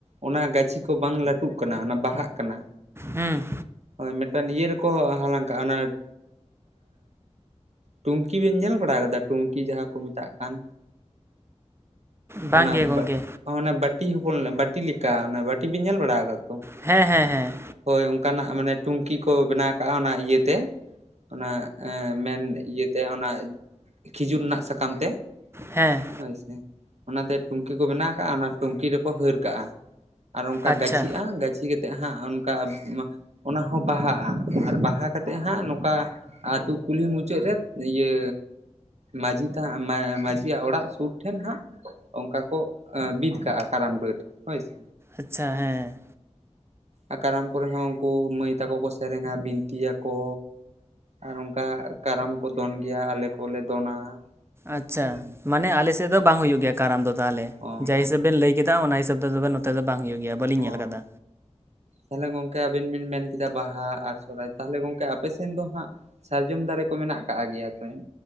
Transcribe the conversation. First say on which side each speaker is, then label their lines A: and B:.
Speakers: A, on the right (about 65°); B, on the right (about 20°).
A: ᱚᱱᱟ ᱜᱟᱹᱪᱷᱤ ᱠᱚ ᱵᱟᱝ ᱞᱟᱹᱴᱩᱜ ᱠᱟᱱᱟ ᱚᱱᱟ ᱵᱟᱦᱟᱜ ᱠᱟᱱᱟ
B: ᱦᱩᱸ
A: ᱦᱳᱭ ᱢᱤᱫᱴᱟᱱ ᱤᱭᱟᱹ ᱨᱮᱠᱚ ᱦᱟᱞᱟᱝ ᱠᱟᱜᱼᱟ ᱚᱱᱟ ᱴᱩᱝᱠᱤ ᱵᱮᱱ ᱧᱮᱞ ᱵᱟᱲᱟ ᱟᱠᱟᱫᱟ ᱴᱩᱝᱠᱤ ᱡᱟᱦᱟᱸ ᱠᱚ ᱢᱮᱛᱟᱜ ᱠᱟᱱ
B: ᱵᱟᱝ
A: ᱚᱱᱟ
B: ᱜᱮ ᱜᱚᱢᱠᱮ
A: ᱵᱟᱹ- ᱚᱱᱟ ᱵᱟᱴᱤ ᱦᱚᱯᱚᱱ ᱵᱟᱴᱤ ᱞᱮᱠᱟ ᱚᱱᱟ ᱵᱟᱴᱤ ᱵᱤᱱ ᱧᱮᱞ ᱵᱟᱲᱟ ᱟᱠᱟᱫ ᱛᱚ
B: ᱦᱮᱸ ᱦᱮᱸ ᱦᱮᱸ
A: ᱦᱳᱭ ᱚᱱᱠᱟᱱᱟᱜ ᱢᱟᱱᱮ ᱴᱩᱝᱠᱤ ᱠᱚ ᱵᱮᱱᱟᱣ ᱠᱟᱜᱼᱟ ᱚᱱᱟ ᱤᱭᱟᱹᱛᱮ ᱚᱱᱟ ᱢᱮᱱ ᱤᱭᱟᱹ ᱛᱮ ᱚᱱᱟ ᱠᱷᱤᱡᱩᱨ ᱨᱮᱱᱟᱜ ᱥᱟᱠᱟᱢ ᱛᱮ
B: ᱦᱮᱸ
A: ᱦᱳᱭ ᱥᱮ ᱚᱱᱟᱛᱮ ᱴᱩᱝᱠᱤ ᱠᱚ ᱵᱮᱱᱟᱣ ᱠᱟᱜᱼᱟ ᱚᱱᱟ ᱴᱩᱝᱠᱤ ᱨᱮᱠᱚ ᱦᱟᱹᱨ ᱠᱟᱜᱼᱟ ᱟᱨ ᱚᱱᱠᱟ
B: ᱟᱪᱪᱷᱟ
A: ᱜᱟᱹᱪᱷᱤᱜᱼᱟ ᱜᱟᱹᱪᱷᱤ ᱠᱟᱛᱮᱫ ᱦᱟᱸᱜ ᱚᱱᱠᱟ ᱚᱱᱟ ᱦᱚᱸ ᱵᱟᱦᱟᱜᱼᱟ ᱟᱨ ᱵᱟᱦᱟ ᱠᱟᱛᱮᱫ ᱦᱟᱸᱜ ᱱᱚᱝᱠᱟ ᱟᱹᱛᱩ ᱠᱩᱞᱦᱤ ᱢᱩᱪᱟᱹᱫ ᱨᱮ ᱤᱭᱟᱹ ᱢᱟᱺᱡᱷᱤ ᱛᱷᱟ ᱢᱟᱺᱡᱷᱤᱭᱟᱜ ᱚᱲᱟᱜ ᱥᱩᱨ ᱴᱷᱮᱱ ᱦᱟᱸᱜ ᱚᱱᱠᱟ ᱠᱚ ᱵᱤᱫ ᱠᱟᱜᱼᱟ ᱠᱟᱨᱟᱢ ᱰᱟᱹᱨ ᱦᱳᱭᱥᱮ
B: ᱟᱪᱪᱷᱟ ᱦᱮᱸ
A: ᱟᱨ ᱠᱟᱨᱟᱢ ᱠᱚᱨᱮ ᱦᱚᱸ ᱩᱱᱠᱩ ᱢᱟᱹᱭ ᱛᱟᱠᱚ ᱠᱚ ᱥᱮᱨᱮᱧᱟ ᱵᱤᱱᱛᱤᱭᱟᱠᱚ ᱟᱨ ᱚᱱᱠᱟ ᱠᱟᱨᱟᱢ ᱠᱚ ᱫᱚᱱ ᱜᱮᱭᱟ ᱟᱞᱮ ᱠᱚᱞᱮ ᱫᱚᱱᱟ
B: ᱟᱪᱪᱷᱟ
A: ᱦᱮᱸ
B: ᱢᱟᱱᱮ ᱟᱞᱮᱥᱮᱫ ᱫᱚ ᱵᱟᱝ ᱦᱩᱭᱩᱜ ᱜᱮᱭᱟ ᱠᱟᱨᱟᱢ ᱫᱚ ᱛᱟᱦᱚᱞᱮ
A: ᱚ ᱦᱳᱭ
B: ᱡᱟ ᱦᱤᱥᱟᱹᱵ ᱵᱮᱱ ᱞᱟᱹᱭ ᱠᱮᱫᱟ ᱚᱱᱟ ᱦᱤᱥᱟᱹᱵᱽ ᱫᱚ ᱱᱚᱛᱮ ᱫᱚ ᱵᱟᱝ ᱦᱩᱭᱩᱜ ᱜᱮᱭᱟ ᱵᱟᱞᱤᱹᱧ
A: ᱚ
B: ᱧᱮᱞ ᱟᱠᱟᱫᱟ
A: ᱛᱟᱦᱚᱞᱮ ᱜᱚᱝᱠᱮ ᱟᱵᱤᱱ ᱵᱤᱱ ᱢᱮᱱ ᱠᱮᱫᱟ ᱵᱟᱦᱟ ᱟᱨ ᱥᱚᱨᱦᱟᱭ ᱛᱟᱦᱞᱮ ᱜᱚᱝᱠᱮ ᱟᱯᱮ ᱥᱮᱱ ᱫᱚ ᱦᱟᱸᱜ ᱥᱟᱨᱡᱚᱢ ᱫᱟᱨᱮ ᱠᱚ ᱢᱮᱱᱟᱜ ᱟᱠᱟᱜ ᱜᱮᱭᱟ ᱛᱚ